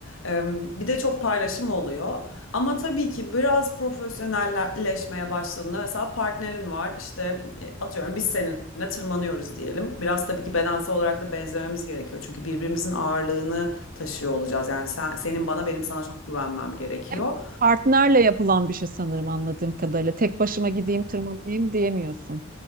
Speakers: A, on the left; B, on the right.
A: Ee, bir de çok paylaşım oluyor. Ama tabii ki biraz profesyonelleşmeye başladığında mesela partnerin var işte e, atıyorum biz seninle tırmanıyoruz diyelim. Biraz tabii ki bedensel olarak da benzememiz gerekiyor. Çünkü birbirimizin ağırlığını taşıyor olacağız. Yani sen, senin bana benim sana çok güvenmem gerekiyor.
B: Hep partnerle yapılan bir şey sanırım anladığım kadarıyla. Tek başıma gideyim tırmanayım diyemiyorsun.